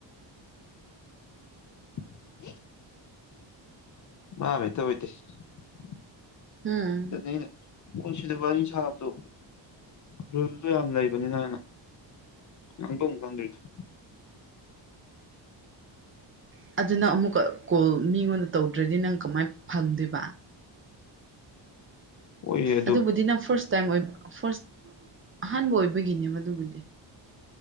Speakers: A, on the left; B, on the right.
A: ꯍ <inaudible> <unintelligible>
B: ꯎꯝ
A: ꯅꯅꯦ ꯄꯣꯏꯁꯨꯗ ꯋꯥꯔꯤ ꯁꯥꯕꯗꯣ ꯔꯨꯜꯁꯨ ꯌꯥꯝ ꯂꯩꯕꯅꯤꯅ ꯉꯪꯗꯣ ꯐꯪꯗ <inaudible>
B: ꯎ <inaudible> ꯑꯗꯨꯅ ꯑꯃꯨꯛꯀ ꯀꯣꯜ ꯃꯤꯉꯣꯟꯗ ꯇꯧꯗ꯭ꯔꯗꯤ ꯅꯪ ꯀꯃꯥꯏꯅ ꯐꯪꯗꯣꯏꯕ
A: ꯍꯣꯏꯌꯦ ꯑꯗꯣ
B: ꯑꯗꯨꯕꯨꯗꯤ ꯅ ꯐꯥꯔꯁ ꯇꯥꯏꯝ ꯑꯣꯏꯕ ꯐꯥꯔꯁ ꯑꯍꯥꯟꯕ ꯑꯣꯏꯕꯒꯤꯅꯦ ꯑꯗꯨꯕꯨꯗꯤ